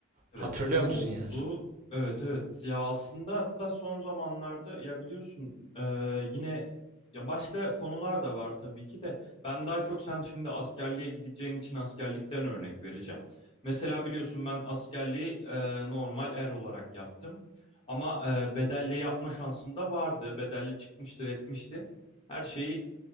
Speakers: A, on the left; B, on the right.
A: Evet
B: Hatırlıyor
A: oldu.
B: musun yani?
A: Evet evet ya aslında hatta son zamanlarda ya biliyorsun e, yine ya başka konular da var tabii ki de ben daha çok sen şimdi askerliğe gideceğin için askerlikten örnek vereceğim. Mesela biliyorsun ben askerliği e, normal er olarak yaptım ama e, bedelli yapma şansım da vardı bedelli çıkmıştı etmişti her şeyi